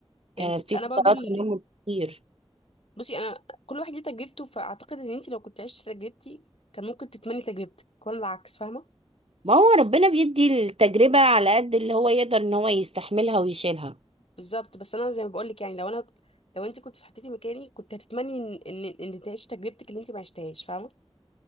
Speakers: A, on the left; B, on the right.
A: فهمتك
B: كانت في
A: انا
B: فترات
A: برضو ال...
B: تنمر كتير
A: بصي انا كل واحد ليه تجربته فاعتقد ان انت لو كنت عشت تجربتي كان ممكن تتمني تجربتك ولا العكس فاهمه
B: ما هو ربنا بيدي التجربة على قد اللي هو يقدر ان هو يستحملها ويشيلها
A: بالظبط بس انا زي ما بقولك يعني لو انا لو انت كنت حطيتي مكاني كنت هتتمني ان ان ان تعيشي تجربتك اللي انت ما عشتهاش فاهمه